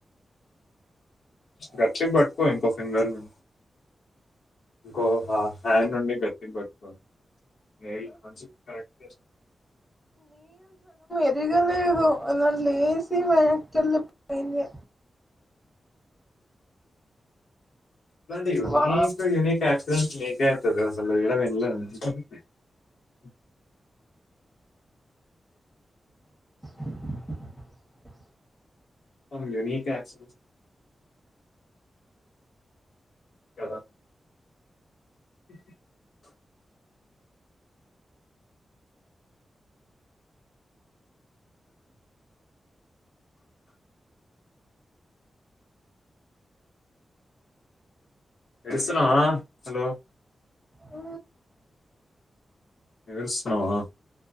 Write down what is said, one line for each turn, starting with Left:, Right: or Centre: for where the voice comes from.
Left: గట్టి పట్టుకో ఇంక ఫింగర్ నీ ఇంకో హా హ్యాండ్ ఉండి గట్టికి పట్టుకోలి నెయిల్ నుంచి కరెక్ట్ చేస్
Centre: ఇరగ లేదు అలా లేసి వెనక్కి వెళ్ళిపోయింది
Left: <unintelligible>
Centre: వా
Left: <unintelligible>
Centre: <inaudible>
Left: <unintelligible> కద <inaudible> ఏడుస్తున్నావా హలో
Centre: ఆ
Left: ఎస్ హు ఆ